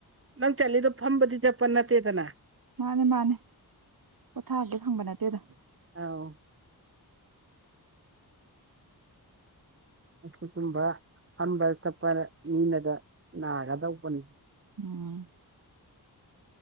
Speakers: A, on the right (about 35°); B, on the right (about 60°).
A: ꯅꯪ ꯆꯠꯂꯤꯗꯣ ꯐꯝꯕꯗꯤ ꯆꯠꯄ ꯅꯠꯇꯦꯗꯅ
B: ꯃꯥꯅꯦ ꯃꯥꯅꯦ ꯄꯣꯊꯥꯑꯒꯦ ꯐꯪꯕ ꯅꯠꯇꯦꯗꯣ
A: ꯑꯥꯎ ꯑꯗꯨꯒꯒꯨꯝꯕ ꯐꯝꯕ ꯆꯠꯄꯗ ꯃꯤꯅꯗ ꯅꯥꯒꯗꯧꯕꯅꯤ
B: ꯎꯝ